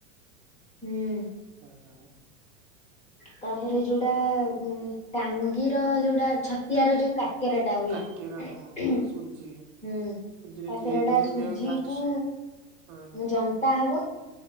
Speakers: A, on the left; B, on the right.
A: ହୁଁ
B: ଅଁହଁ।
A: ତାପରେ ଯୋଉଟା ଟାଙ୍ଗିର ଯୋଉଟା ଛତିଆର ଯୋଉ କା କେରାଟା ହୁଏ
B: କାକେରା ହଁ
A: ହୁଁ
B: ସୁଜି ସୁଜିରେ
A: କାକରାଟା
B: ତିଆରି ହୁଏ ଯେମିତି
A: ସୁଜି
B: ଆମେ ଫାଷ୍ଟ
A: କୁ
B: ସୁ ହଁ
A: ଯନ୍ତା ହବ